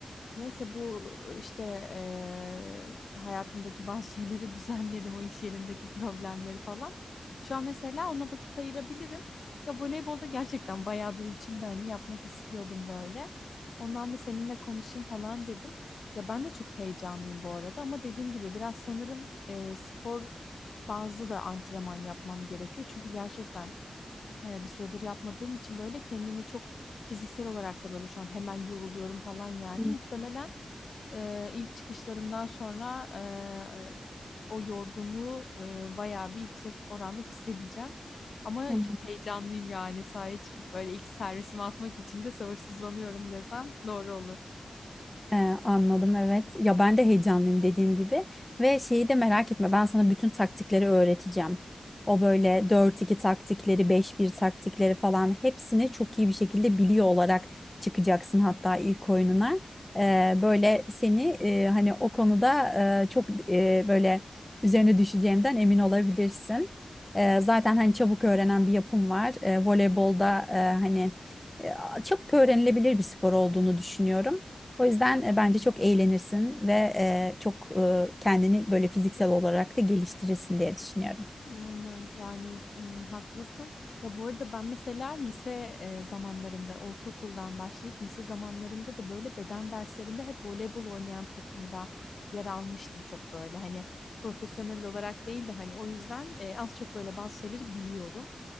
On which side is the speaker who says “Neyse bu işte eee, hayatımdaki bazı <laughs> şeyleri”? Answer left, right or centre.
Left